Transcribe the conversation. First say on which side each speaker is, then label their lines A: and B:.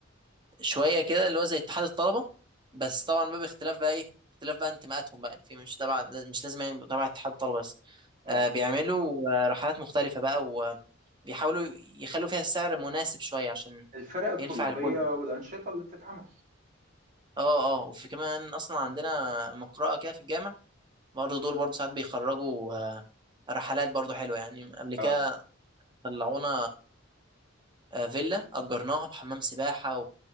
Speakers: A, on the right; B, on the right.
A: شويه كده اللي هو زي اتحاد الطلبه بس طبعا بقى باختلاف بقى ايه اختلاف بقى انتماءاتهم بقى في مش تبع مش لازم يعني تبع اتحاد الطلبه بس
B: اه
A: آه بيعملوا آه، رحلات مختلفه بقى وبيحاولوا يخلوا فيها السعر مناسب شويه عشان
B: الفرق الطلابيه
A: ينفع الكل
B: والانشطه اللي بتتعمل
A: اه اه وفي كمان اصلا عندنا مقرأة كده في الجامع برضه دول برضه ساعات بيخرجوا آه، رحلات برضه حلوه يعني قبل كده
B: اه
A: طلعونا آه، فيلا اجرناها بحمام سباحه